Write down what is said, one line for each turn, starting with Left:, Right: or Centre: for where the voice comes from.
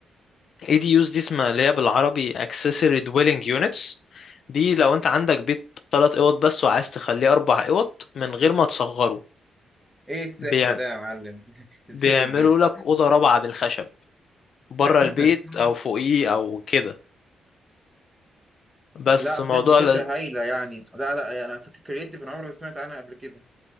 Left: اي دي يوز دي اسمها اللي هي بالعربي accessory dwelling units دي لو انت عندك بيت ثلاث اوض بس وعايز تخليه اربع اوض من غير ما تصغره
Right: ايه السحر
Left: بيع...
Right: ده يا معلم <laughs> الفايك
Left: بيعملوا
Right: ده
Left: لك اوضه رابعه بالخشب بره
Right: <laughs>
Left: البيت او فوقيه او كده
Right: لا
Left: بس
Right: بجد
Left: موضوع
Right: فكرة
Left: ل...
Right: هايلة يعني لا لا يعني فكرة كرييتيف انا عمري ما سمعت عنها قبل كده